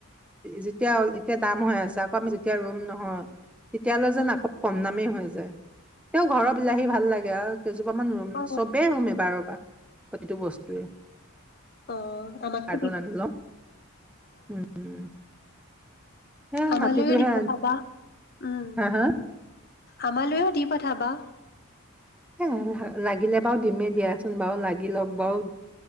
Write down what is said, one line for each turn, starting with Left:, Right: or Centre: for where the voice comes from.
Centre: যেতিয়া এতিয়া দাম হৈ আছে আকৌ আমি যেতিয়া ৰুম নহয়। তেতিয়ালৈ যেন
Left: উম
Centre: আকৌ কম দামেই হৈ যায়। তেওঁ ঘৰৰ বিলাহী ভাল লাগে আৰু কেইজোপা মান ৰুম
Left: অ
Centre: চবেই ৰুম এবাৰ এবাৰ, প্ৰতিটো বস্তুৱে,
Left: অ আমাৰ,
Centre: সেইটো ৰান্ধি লম উম উম, সে
Left: আমালৈও
Centre: মাটিটোহে
Left: দি পঠাবা উম
Centre: হা হা
Left: আমালৈও দি পঠাবা। <inaudible>
Centre: এ লাগিলে বাৰু দিমেই দিয়াচোন বাৰু লাগি লওক বাৰু